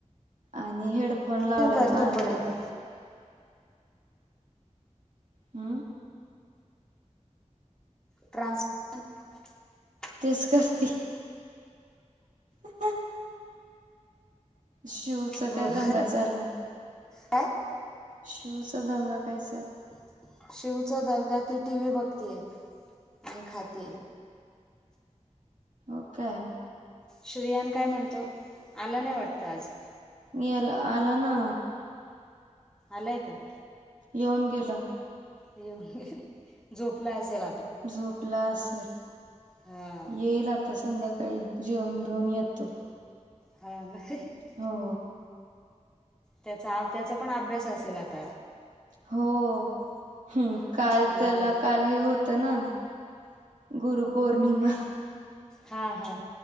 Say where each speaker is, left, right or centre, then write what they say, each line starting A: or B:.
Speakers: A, on the right; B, in the centre.
A: आणि हेडफोन फोन लावलाय
B: पण कर
A: कानाला
B: तोपर्यंत
A: अ
B: ट्रान्सफर <unintelligible>
A: तेच करते <inaudible> शिवच
B: बरं
A: काय दंगा चालला.
B: काय <inaudible>
A: शिवचा दंगा काय चाललाय
B: <inaudible> शिवचा दंगा ती टी. व्ही बघतेय आणि खातीय
A: ओके
B: श्रियान काय म्हणतो आला नाही वाटतं आज?
A: मेला आला ना
B: आलाय काय?
A: येऊन गेला.
B: येऊन <inaudible> गेल झोपला असेल आता
A: झोपला असेल.
B: हां
A: येईल आता संध्याकाळी जेवन बीऊन येतो.
B: हा नाही <inaudible>
A: हो
B: त्याचा आणि त्याचा पण अभ्यास असेल <inaudible> आता
A: हो <inaudible>
B: मग
A: काल
B: होमवर्क
A: त्याला काल हे होत ना गुरुपौर्णिमा
B: हां हां